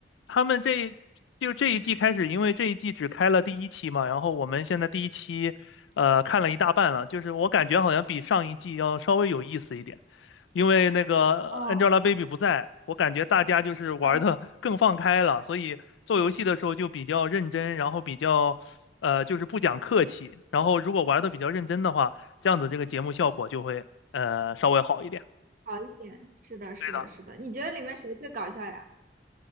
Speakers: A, on the left (about 80°); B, on the right (about 45°).
A: 他们这就这一季开始，因为这一季只开了第一期嘛，然后我们现在第一期呃看了一大半了，就是我感觉好像比上一季要稍微有意思一点，因为那个呃
B: 哦
A: Angelababy 不在，我感觉大家就是玩的
B: 哦，
A: <laughs> 更放开了，所以做游戏的时候就比较认真，然后比较呃就是不讲客气，然后如果玩的比较认真的话，这样子这个节目效果就会呃稍微好一点。
B: 好一点，是的，是的，
A: 对的。
B: 是的，你觉得里面谁最搞笑呀？